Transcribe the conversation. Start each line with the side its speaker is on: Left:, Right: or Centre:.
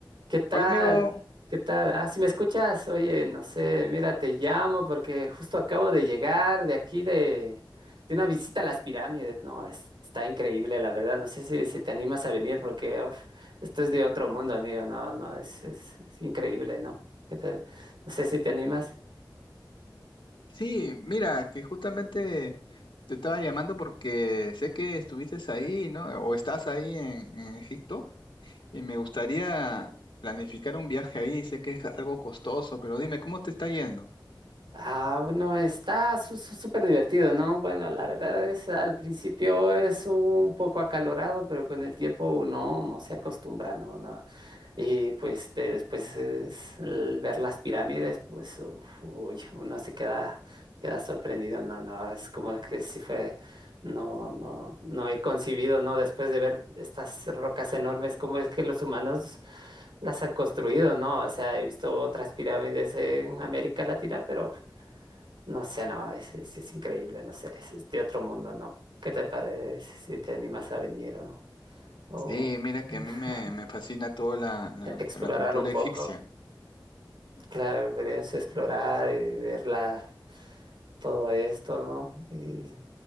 Right: ¿Qué tal?
Left: Hola amigo,
Right: ¿Qué tal? Ah, si me escuchas, oye, no sé, mira, te llamo porque justo acabo de llegar de aquí de, de una visita a las pirámides, ¿no? es- está increíble, la verdad. No sé si, si te animas a venir porque uf, esto es de otro mundo, amigo. No, no, es, es, es increíble, ¿no? ¿Qué te- no sé si te animas.
Left: sí, mira, que justamente te estaba llamando porque sé que estuviste ahí, ¿no? O estás ahí en, en Egipto y me gustaría planificar un viaje ahí, sé que es algo costoso, pero dime, ¿cómo te está yendo?
Right: Ah, bueno, está su- su- súper divertido, ¿no? Bueno, la verdad es, al principio es un poco acalorado, pero con el tiempo uno no se acostumbra, ¿no? No, Y pues te- después es el ver las pirámides, pues uf, uy, uno se queda, queda sorprendido, no, no, es como que sí fue, no, no, no he concibido ¿no? Después de ver estas rocas enormes, cómo es que los humanos las han construido, ¿no? O sea, he visto otras pirámides en América Latina, pero no sé, no, es, es, es increíble, no sé, es, es de otro mundo, ¿no? ¿Qué te parece si te animas a venir o o
Left: Sí, mira que
Right: <laughs>
Left: a mí me, me fascina toda la,
Right: explorar
Left: la la cultura
Right: un poco?
Left: egipcia.
Right: Claro, deberíamos explorar y ver la- todo esto, ¿no? Y